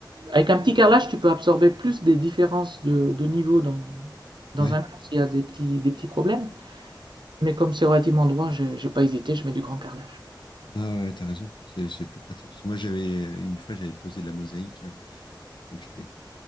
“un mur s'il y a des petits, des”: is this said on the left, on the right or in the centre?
Right